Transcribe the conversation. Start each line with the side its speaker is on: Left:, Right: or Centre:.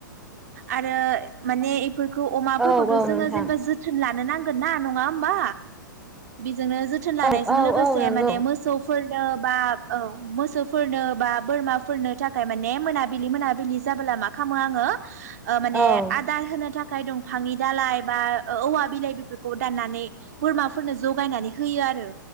Right: आरो माने फोरखौ अमाफोरखौथ'
Centre: औ औ
Right: जोङो
Centre: नोंथां
Right: जेनेबा जोथोन लानो नां गोनना नङा होमबा जोंनो जोथोन लानायजों
Centre: औ औ
Right: लोगोसे
Centre: औ नंगौ
Right: माने मोसौफोर बो बा औ मोसौफोरनो बा बोरमाफोरनो थाखाय माने मोनाबिलि मोनाबिलि जाबोला मा खालामो आङो ओ माने
Centre: औ।
Right: आदार होनो थाखाय दं फामि दालाय। बा औवा बिलाइ बेफोरखौ दान्नानै बोरमाफोरनो जगायनानै होयो आरो।